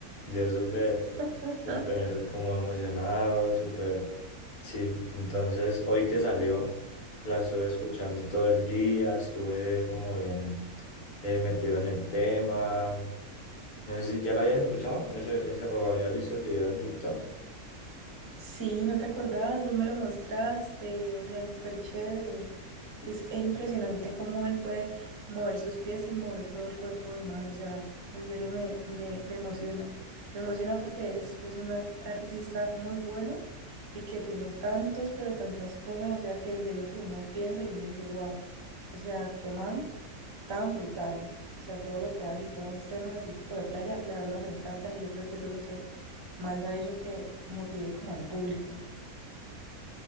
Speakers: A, on the left; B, on the right.
A: yo súper,
B: <laughs>
A: súper como emocionado, súper, sí. Entonces, hoy que salió, la estuve escuchando todo el día, estuve como bien eh, metido en el tema. No sé si ya la habías escuchado ese, ese, o habías visto el video en TikTok.
B: Sí, no te acordabas, vos me lo mostraste, o sea, es súper chévere. Es, es impresionante cómo él puede mover sus pies y mover todo el cuerpo además, o sea, en serio me, me, me emociona. Me emociona porque es, es un ar- artista muy bueno y que tiene tantos, pero tantas cosas, o sea, que en serio que uno piensa y uno dice, wow, o sea, qué man tan brutal. O sea, todo lo que hace y todos los temas así tipo de playa, la verdad me encantan y yo creo que eso es lo que más a ello que motive como al público.